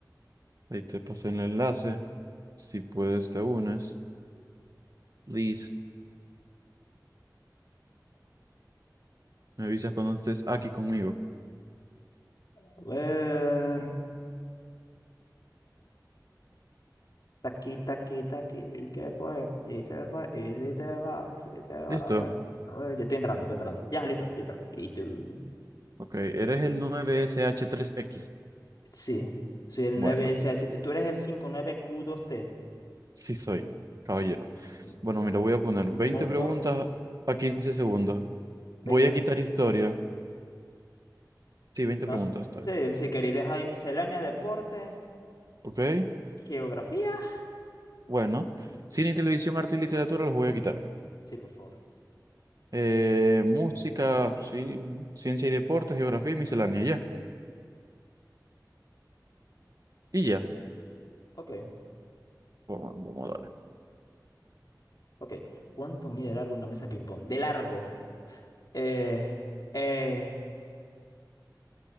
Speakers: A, on the right (about 55°); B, on the left (about 60°).
A: Ahí te pasé el enlace. Si puedes, te unes. Please, me avisas cuando estés aquí conmigo.
B: ver. Taqui, taqui, taqui. ¿Y qué fue? ¿Y qué fue? ¿Y si te va? ¿Y si te va?
A: ¿Listo?
B: A ver. A ver, yo estoy entrando, estoy entrando. Ya, listo, ya entro. ¿Y tú?
A: Ok, eres el nueve S H tres x
B: Sí, soy el
A: Bueno,
B: 9SH. Tú eres el 59Q2T.
A: sí soy, caballero.
B: M-
A: Bueno, mira, voy a poner
B: Moto
A: 20 preguntas a 15 segundos.
B: 20.
A: Voy a quitar historia. Sí, 20
B: no,
A: preguntas, está bien.
B: sí, sí, querida, ahí miscelánea, deporte.
A: Ok,
B: ¿Geografía?
A: bueno. Cine y televisión, arte y literatura los voy a quitar.
B: Sí, por favor.
A: Eh, música, sí, ciencia y deportes, geografía y miscelánea, ya. Y ya.
B: Ok,
A: Vamos, vamos a darle.
B: ok. ¿Cuánto mide de largo una mesa de ping-pong? De largo. Eh, eh,